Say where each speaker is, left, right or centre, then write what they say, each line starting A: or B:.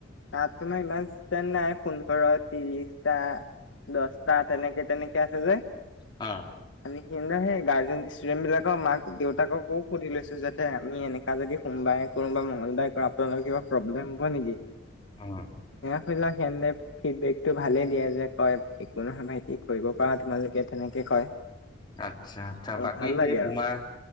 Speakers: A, on the left (about 70°); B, on the left (about 20°).
A: তাত তোমাৰ ইমান নাই পোন্ধৰ ত্ৰিশটা। দছটা তেনেকে, তেনেকে আছে যে
B: অ'।
A: সিদিনা সেই গাৰ্জেন ষ্টুডেণ্টবিলাকৰ মাক দেউতাককো সুধি লৈছোঁ যে যে আমি এনেকা যদি সোমবাৰে কৰোঁ বা মঙ্গলবাৰে কৰোঁ আপ পোনালোকৰ কিবা প্ৰব্লেম হ'ব নেকি?
B: উম
A: <unintelligible> ফিডবেকটো ভালে দিয়ে যে কয় একো নহয়, ভাইটি কৰিব পাৰা তোমালোকে তেনেকে কয়।
B: আচ্ছা, আচ্ছা
A: আৰু
B: বাকী
A: ভাল
B: সেই
A: লাগে
B: তোমাৰ
A: আৰু